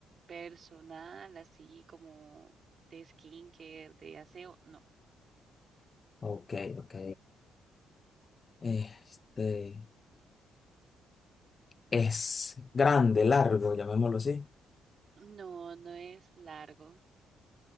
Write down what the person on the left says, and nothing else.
Ok, ok. Este es grande, largo, llamémoslo así.